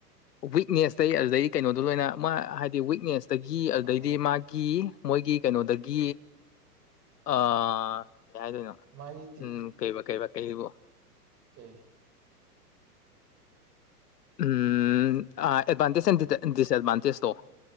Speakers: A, on the left; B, on the right.
A: ꯋꯤꯛꯅꯦꯁꯇꯩ ꯑꯗꯨꯗꯩ ꯀꯩꯅꯣꯗꯣ ꯂꯣꯏꯅ ꯃꯥ ꯍꯥꯏꯗꯤ ꯋꯤꯛꯅꯦꯁ ꯇꯒꯤ ꯑꯗꯨꯗꯩꯗꯤ
B: ꯑꯥ
A: ꯃꯥꯒꯤ ꯃꯣꯏꯒꯤ ꯀꯩꯅꯣꯗꯒꯤ ꯀꯩ ꯍꯥꯏꯗꯣꯏꯅꯣ
B: ꯃꯥꯒꯤ
A: ꯎꯝ ꯀꯩ ꯀꯩ ꯀꯩꯕꯣ
B: ꯑꯣ ꯀꯦ
A: ꯎꯝ ꯑꯦꯗꯚꯥꯟꯇꯦꯖ ꯑꯦ ꯗꯤꯁꯑꯠꯚꯥꯟꯇꯦꯖꯇꯣ